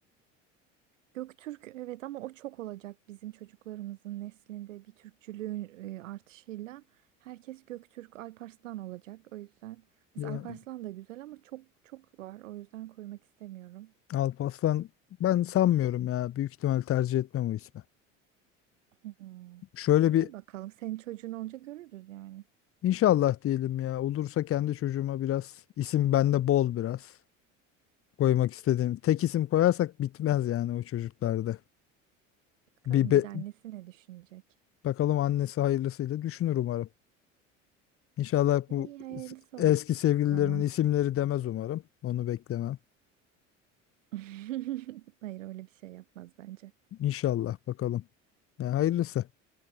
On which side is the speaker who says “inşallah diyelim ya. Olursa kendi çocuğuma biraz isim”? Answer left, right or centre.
Left